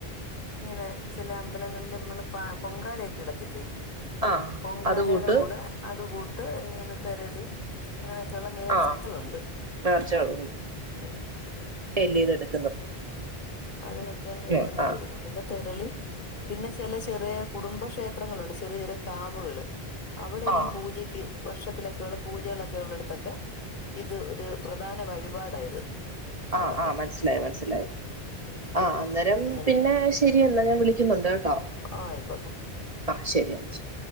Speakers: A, on the left; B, on the right.
A: ഇങ്ങനെ ചെല അമ്പലങ്ങളില്മ്മള് പ പൊങ്കാലക്കെ ഇടത്തില്ലേ
B: ആഹ്
A: പൊങ്കാലടെ
B: അത് കൂട്ട്
A: കൂടെ അതും കു ട്ട് ഇങ്ങനെ തെരളി അങ്ങനൊക്കെയുള്ള നേർച്ചകളുണ്ട്
B: ആഹ് നേർച്ചകളുണ്ട്
A: ഉം
B: <unintelligible>
A: അതിനൊക്കെ അങ്ങ്
B: ഉം
A: നേർച്ചയെടുക്കും
B: ആഹ്
A: പിന്നെ തെരളി പിന്നെ ചെല ചെറിയ കുടുംബക്ഷേത്രങ്ങളുണ്ട് ചെറിയ ചെറിയ കാവുകള് അവിടെയും
B: ആഹ്
A: പൂജയ്ക്ക് വർഷത്തിലൊക്കെയുള്ള പൂജകള് ഒക്കെ ഉള്ളടോത്തൊക്കെ ഇത് ഒരു പ്രധാന വഴിപാട് ടാ ഇത്
B: ആ
A: അവിടൊക്കെ
B: ആ മനസ്സിലായി മനസ്സിലായി
A: മനസ്സിലായോ
B: ആ അന്നേരം
A: അങ്ങനെ
B: പിന്നെ ശരിയെന്നാ. ഞാൻ വിളിക്കുന്ന ട്ട
A: ആയിക്കോട്ടെ
B: ആ ശരിയ ശ